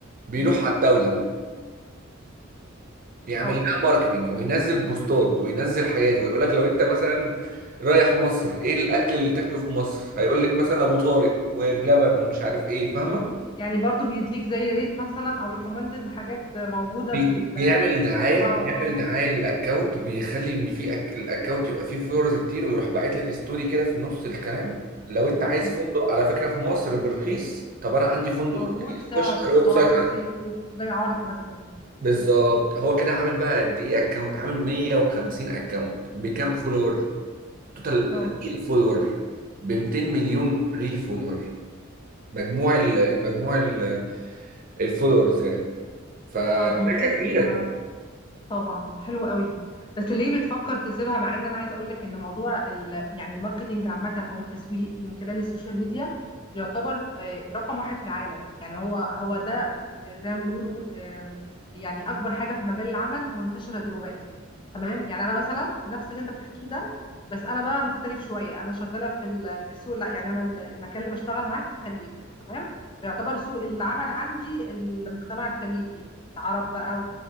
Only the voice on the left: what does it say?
مم.
اه
يعني برضو بيديك زي ريت مثلا او ريكومندد لحاجات موجودة
في ال
اه
اه
مم.
موجود
سعر
اه
زي زي عرض مثلا
اه
آه، ده ممتاز
جدًا على طبعا حلو قوي بس ليه بتفكر تسيبها مع ان انا عايزه اقول لك ان موضوع ال... يعني الماركتينج عامه او التسويق من خلال السوشيال ميديا يعتبر آه، رقم واحد في العالم يعني هو هو ده اللي زي ما بيقولوا آم، يعني اكبر حاجه في مجال العمل منتشره دلوقتي تمام يعني انا مثلا نفس اللي انت بتحكيه ده بس انا بقى مختلف شويه انا شغاله في ال... في السوق لا يعني انا ال- المكان اللي بشتغل معاه في الخليج تمام فيعتبر سوق العمل عندي المجتمع الخليجي العرب بقى